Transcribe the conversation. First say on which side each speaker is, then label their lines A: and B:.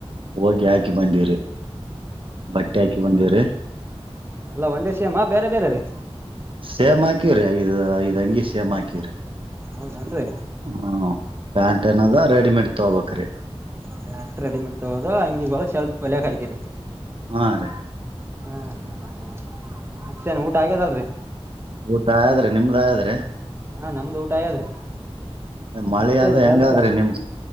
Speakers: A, on the right; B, on the right.
A: ಹೋಗಿ ಹಾಕಿ ಬಂದಿರಿ ಬಟ್ಟೆ ಹಾಕಿ ಬಂದೀರಿ
B: ಎಲ್ಲ ಒಂದೇ ಶೆಮ ಬೇರೆ ಬೇರೆ ರೀ
A: ಸೇಮ್ ಹಾಕಿವ್ರಿ ಐದ್ ಐದ ಅಂಗಿ ಸೇಮ ಹಾಕಿವ್ರರಿ
B: ಹೌದನೆನ್ರಿ
A: ಹ್ಮ ಪ್ಯಾಂಟ್ ಏನದು ರೆಡಿಮೇಡ್ ತೋಕೋ ಬೇಕ್ರೆ
B: ಪ್ಯಾಂಟ್ ರೆಡಿಮೆಡ್ ತಗೋಡು ಅಂಗಿ ಶರ್ಟ್ ಒಲಯಕ್ ಹಾಕೀರಿ
A: ಹಾ ರೀ
B: ಹ್ಮ್ ಹ್ಮ್ ಹ್ಮ್ ಮತ್ತೇನ್ ಊಟ ಆಗ್ಯದಲ್ರರಿ
A: ಊಟ ಆದ್ರೆ ನಿಮ್ದ್ ಆದ್ರೆ
B: ಹಾ ನಮ್ದು ಊಟ ಆಯಾದ್ರಿ
A: ಮಳೆ
B: ಮತ್ತೇನ್
A: ಅದ ಹೆಂಗಾದ್ರಿ
B: ಕೆಲ್ಸ
A: ನಿಮ್